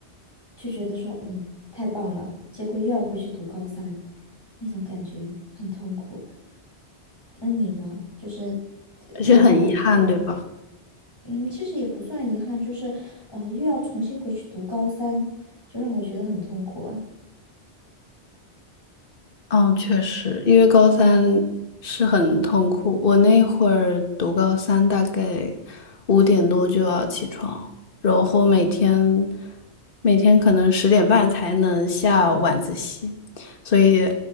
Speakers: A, on the left; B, on the left.
A: 就觉得说，嗯，太棒了。结果又要回去读高三，那种感觉很痛苦。那你呢？就是呃有没有这种，
B: 而且很遗憾，对吧？
A: 嗯，其实也不算遗憾，就是呃，又要重新回去读高三，就让我觉得很痛苦啊。
B: 嗯，确实，因为高三是很痛苦。我那会儿读高三，大概五点多就要起床，然后每天每天可能十点半才能下晚自习，所以